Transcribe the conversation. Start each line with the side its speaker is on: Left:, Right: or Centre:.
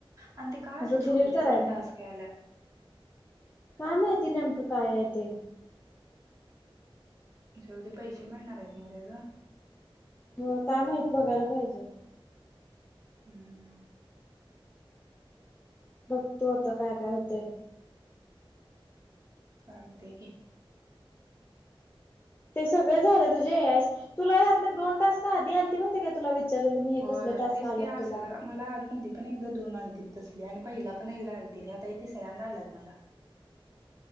Right: आणि ते का
Left: म्हटलं
Right: असे
Left: डिलीट
Right: छोटे
Left: करायचं
Right: छोटे टास्क यायला.
Left: काय माहिती नेमकं काय आहे ते.
Right: जावंदे पैसे मिळणार हाईत न्हवं त्याच.
Left: हो काय माहित बघायला पाहिजे.
Right: रिकामा ऑडिओ
Left: बघतो आता काय काय होतेय.
Right: चालतेय की.
Left: ते सगळं झालं तुझे हे एस तुला ह्यातले दोन टास्क आधी आलते माहितीय का? तुला विचारलं मी हे
Right: होय
Left: कसला टास्क
Right: तेच
Left: आलाय
Right: की असायला
Left: तुला.
Right: मला आज मधी पण एकदा दोन आलती तसली आणि पहिला पण एकदा आलती, आता हे तिसऱ्यांदा आला मला.